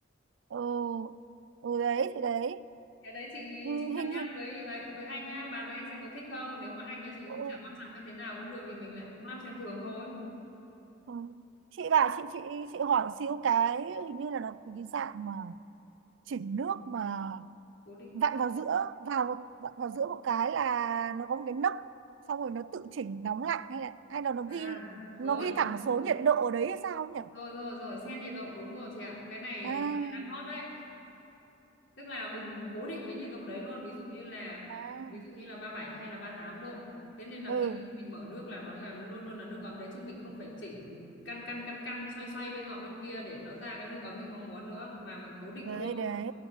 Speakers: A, on the right; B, on the left.
A: ừ ừ đấy thì đấy
B: cái đấy chị
A: ừ,
B: chị cân
A: hình
B: nhắc
A: hình
B: với ấy, với anh nhá bàn với anh xem có thích không còn nếu mà anh nhà chị
A: ừ,
B: cũng chả quan trọng hay thế nào cũng được thì mình lại cũng lắp sen thường thôi
A: ừ. chị bảo chị chị chị hỏi xíu cái hình như là nó có cái dạng mà chỉnh nước mà
B: cố định
A: vặn vào giữa vào một vặn vào giữa một cái là nó có một cái nấc xong rồi nó tự chỉnh nóng lạnh hay là hay là nó ghi
B: à
A: nó
B: rồi
A: ghi thẳng số nhiệt độ ở đấy hay sao nhỉ
B: rồi rồi rồi sen nhiệt độ đúng rồi chị ạ cái này
A: à,
B: dạo này đang hot đấy tức là mình cố định cái nhiệt độ đấy luôn ví dụ như là
A: à
B: ví dụ như là 37 hay là 38 độ thế nên là
A: ừ
B: khi mình, mình mở nước là nó là luôn luôn là nước ấm đấy chứ mình không phải chỉnh căn căn căn căn xoay xoay bên nọ bên kia để nó ra cái nước ấm mình mong muốn nữa mà mình cố định
A: đấy
B: luôn
A: đấy